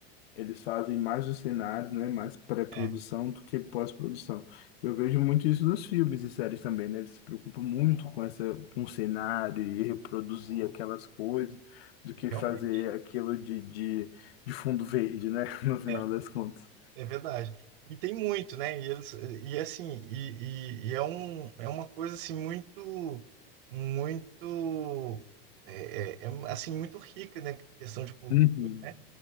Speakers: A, on the left (about 85°); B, on the right (about 60°).
A: Eles fazem mais os cenários, né? Mais pré-produção
B: É,
A: do que pós-produção. Eu vejo muito isso nos filmes e séries também, né? Eles se preocupam muito com essa, com o cenário e reproduzir aquelas coisas do que
B: Realmente.
A: fazer aquilo de, de, de fundo verde, né? <laughs> No final
B: É,
A: das contas.
B: É verdade. E tem muito, né? E eles e assim, e, e- e é um é uma coisa assim muito muito é, é- é, assim muito rica, né? Questão de cultura,
A: Uhum.
B: né?